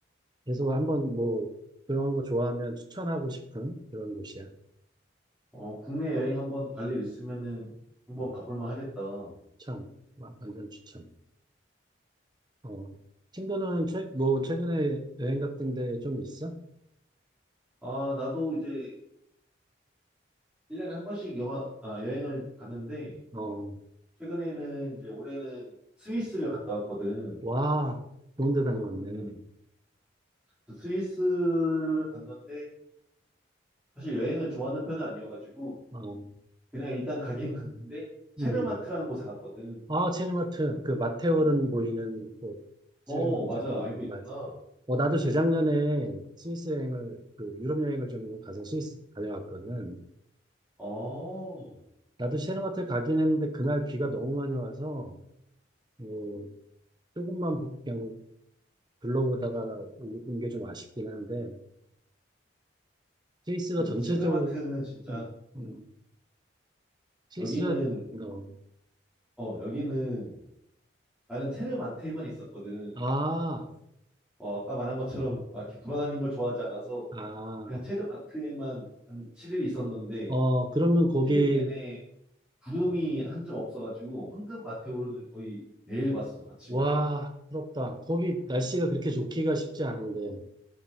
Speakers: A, on the right (about 25°); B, in the centre.
A: 그래서 한번 뭐, 그런 거 좋아하면 추천하고 싶은 그런 곳이야.
B: 어, 국내 여행 한번 갈 일 있으면은 한번
A: 음,
B: 가볼 만 하겠다.
A: 참, 와, 완전 추천. 어, 친구는 최, 뭐, 최근에 여행 같은 데 좀 있어?
B: 아, 나도 이제 1년에 한 번씩 영화, 아, 여행을 갔는데,
A: 어,
B: 최근에는 이제 올해는 스위스를 갔다 왔거든.
A: 와, 좋은 데 다녀왔네.
B: 음. 그 스위스를 갔는데, 사실 여행을 좋아하는 편은 아니어가지고,
A: 어,
B: 그냥 일단 가긴 갔는데, 체르마트라는
A: 음.
B: 곳에 갔거든.
A: 아, 체르마트. 그 마테오른 보이는 곳. 체르마트.
B: 어, 맞아.
A: 어,
B: 알고 있구나.
A: 맞아. 어, 나도 재작년에 스위스 여행을, 그 유럽 여행을 좀 가서 스위스 다녀왔거든.
B: 어,
A: 나도 체르마트 가긴 했는데 그날 비가 너무 많이 와서, 뭐, 조금만 보- 그냥 둘러보다가 온 게 좀 아쉽긴 한데, 스위스가
B: 그래서
A: 전체적으로,
B: 체- 르마트는 진짜,
A: 음, 음,
B: 음,
A: 스위스가,
B: 여기는,
A: 어,
B: 어, 여기는, 나는 체르마트에만 있었거든.
A: 아,
B: 어, 아까 말한 것처럼 막 이렇게 돌아다니는 걸 좋아하지 않아서
A: 아,
B: 그냥 체르마트에만 한 7일 있었는데,
A: 어, 그러면 거기,
B: 7일 내내 구름이
A: 어,
B: 한 점 없어가지고 황금 마테오를 거의 매일 봤어, 아침에.
A: 와, 부럽다. 거기 날씨가 그렇게 좋기가 쉽지 않은데.